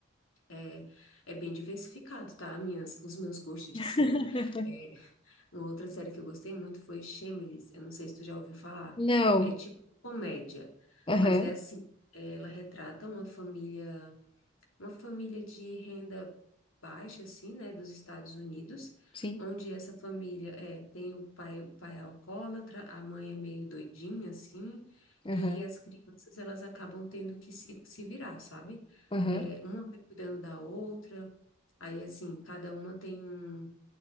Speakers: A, on the left; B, on the left.
A: é, é bem diversificado, tá? Minhas, os meus gostos de
B: <laughs>
A: série. É, uma outra série que eu gostei muito foi Shameless. Eu não sei se tu já ouviu falar.
B: Não,
A: É tipo comédia,
B: aham,
A: mas é assim, ela retrata uma família uma família de renda baixa, assim, né, dos Estados Unidos,
B: sim,
A: onde essa família é, tem o pai, o pai é alcoólatra, a mãe é meio doidinha, assim,
B: aham,
A: e as crianças, elas acabam tendo que se, se virar, sabe?
B: aham.
A: É, uma vai cuidando da outra, aí, assim, cada uma tem um